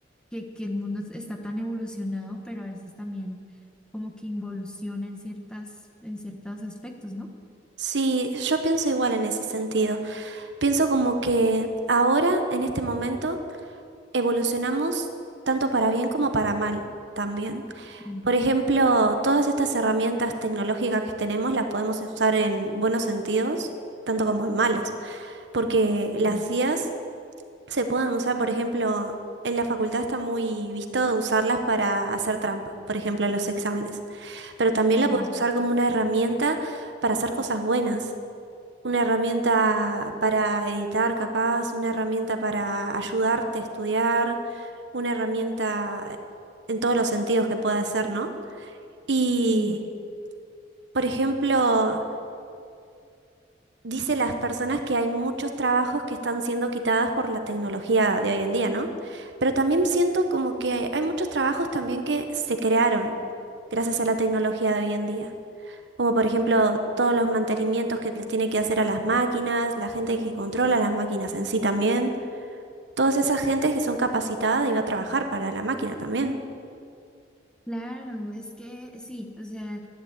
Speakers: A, in the centre; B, on the right.
A: que, que el mundo es- está tan evolucionado, pero a veces también como que involuciona en ciertas, en ciertos aspectos, ¿no?
B: Sí, yo pienso igual en ese sentido. Pienso como que ahora, en este momento, evolucionamos tanto para bien como para mal también.
A: Mm,
B: Por ejemplo, todas estas herramientas tecnológicas que tenemos las podemos usar en buenos sentidos, tanto como en malos, porque las
A: claro.
B: IAs se pueden usar, por ejemplo, en la facultad está muy visto de usarlas para hacer trampa, por ejemplo, en los exámenes, pero también
A: Mm,
B: la puedes usar como una herramienta para hacer cosas buenas. Una herramienta para editar, capaz, una herramienta para ayudarte a estudiar, una herramienta en todos los sentidos que pueda ser, ¿no? Y,
A: Sí,
B: por ejemplo, dice las personas que hay muchos trabajos que están siendo quitadas por la tecnología de hoy en día, ¿no? Pero también siento como que hay, hay muchos trabajos también que se crearon gracias a la tecnología de hoy en día. Como por ejemplo todos los mantenimientos que les tiene que hacer a las máquinas, la gente que controla las máquinas en sí también, todas esas gentes que son capacitadas y va a trabajar para la máquina también.
A: Claro, es que sí, o sea,